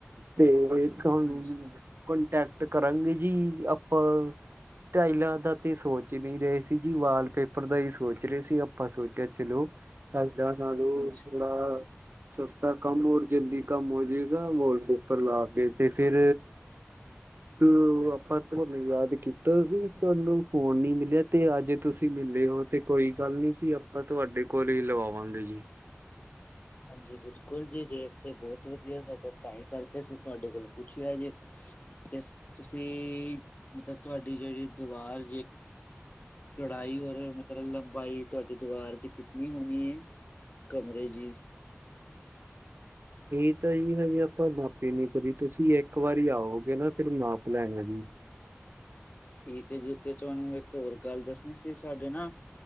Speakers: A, on the right; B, on the left.
A: ਤੇ ਤੁਹਾਨੂੰ
B: ਹਾਂਜੀ,
A: ਕਟੈਕਟ ਕਰਾਂਗੇ ਜੀ ਆਪਾਂ ਟਾਈਲਾਂ ਦਾ ਤੇ ਸੋਚ ਨਹੀਂ ਰਹੇ ਸੀ ਜੀ ਵਾਲ ਪੇਪਰ ਦਾ ਹੀ ਸੋਚ ਰਹੇ ਸੀ ਆਪਾਂ ਸੋਚਿਆ ਚਲੋ ਕਰਦਾ ਤੁਹਾਨੂੰ।
B: ਹਾਂਜੀ।
A: ਜਿਹੜਾ ਸਸਤਾ ਕੰਮ ਹੋਰ ਜਲਦੀ ਕੰਮ ਹੋ ਜਾਏਗਾ ਵਾਲ ਪੇਪਰ ਲਾ ਕੇ ਤੇ ਫਿਰ। ਤੇ ਆਪਾਂ ਤੁਹਾਨੂੰ ਯਾਦ ਕੀਤਾ ਸੀ ਤੁਹਾਨੂੰ ਫੌਨ ਨੀ ਮਿਲਿਆ ਤੇ ਅੱਜ ਤੁਸੀਂ। ਤੁਸੀਂ ਮਿਲੇ ਹੋ ਤੇ ਕੋਈ ਗੱਲ ਨੀ ਸੀ ਆਪਾਂ ਤੁਹਾਡੇ ਕੋਲ ਹੀ ਲਵਾਵਾਂਗੇ ਜੀ।
B: ਹਾਂਜੀ ਬਿਲਕੁਲ ਜੀ, ਰੇਟ ਤੇ ਬਹੁਤ ਵਧੀਆ ਸਾਡਾ ਤਾਂ ਹੀ ਕਰਕੇ ਅਸੀਂ ਤੁਹਾਡੇ ਕੋਲ ਪੁੱਛਿਆ ਜੀ। ਤੇ ਤੁਸੀਂ, ਮਤਲਬ ਤੁਹਾਡੀ ਜਿਹੜੀ, ਦੀਵਾਰ ਜੇ। ਚੌੜਾਈ ਔਰ ਮਤਲਬ ਲੰਬਾਈ ਤੁਹਾਡੀ ਦੀੁਵਾਰ ਚ ਕਿਤਨੀ ਹੋਣੀ ਏ ਕਮਰੇ ਜੀ?
A: ਇਹ ਤਾਂ ਹੀ ਹਜੇ ਆਪਾਂ ਨਾਪੇ ਨੀ ਕਦੀ ਤੁਸੀਂ ਇੱਕ ਵਾਰੀ ਆਓਗੇ ਨਾ ਫਿਰ ਨਾਪ ਲੈਣਾ ਜੀ।
B: ਠੀਕ ਹੈ ਜਿੱਥੇ ਤੁਹਾਨੂੰ ਇੱਕ ਹੋਰ ਗੱਲ ਦੱਸਣੀ ਸੀ ਸਾਡੇ ਨਾ।